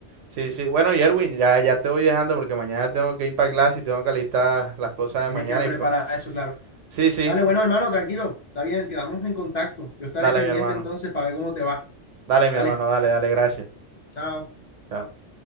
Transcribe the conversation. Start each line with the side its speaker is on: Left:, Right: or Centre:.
Right: Sí, sí. Bueno, y Erwin, ya, ya te voy dejando porque mañana tengo que ir para clase y tengo que alistar las cosas de
Left: tienes
Right: mañana
Left: que preparar
Right: y pues.
Left: eso, claro.
Right: Sí, sí.
Left: Dale, bueno, hermano, tranquilo. Está bien, quedamos en contacto. Yo estaré
Right: Dale,
Left: pendiente
Right: mi hermano.
Left: entonces para ver cómo te va.
Right: Dale, mi
Left: Dale,
Right: hermano. Dale, dale. Gracias.
Left: chao.
Right: Chao.